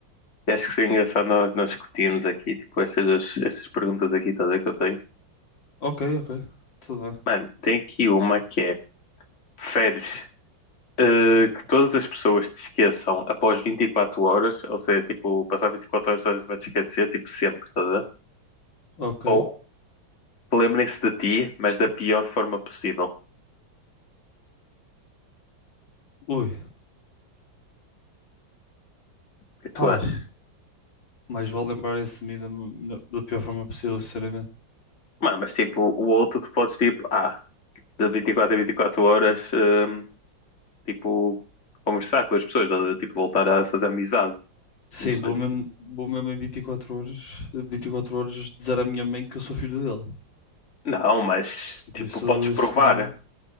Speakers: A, on the left; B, on the left.
A: E acho que seria engraçado nós, nós discutirmos aqui, tipo, essas, essas perguntas aqui, estás a ver que eu tenho.
B: Ok, ok, tudo bem.
A: Mano, tem aqui uma que é. Preferes eh, que todas as pessoas se esqueçam após 24 horas, ou seja, tipo, passar 24 horas todas vai te esquecer, tipo, sempre, estás a ver?
B: Ok.
A: Ou que lembrem-se de ti, mas da pior forma possível. O
B: Ui,
A: que tu
B: pá,
A: achas?
B: mais vale lembrar esse de mim da, da pior forma possível, sinceramente.
A: Mano, mas tipo, o outro tu podes, tipo, ah, de 24 a 24 horas, ehm, tipo, conversar com as pessoas, estás a ver? tipo, voltar a fazer amizade,
B: Sim,
A: não sei.
B: vou mesmo, vou mesmo em 24 horas, 24 horas dizer à minha mãe que eu sou filho dele.
A: Não, mas,
B: Tipo,
A: tipo,
B: isso,
A: podes provar.
B: isso não.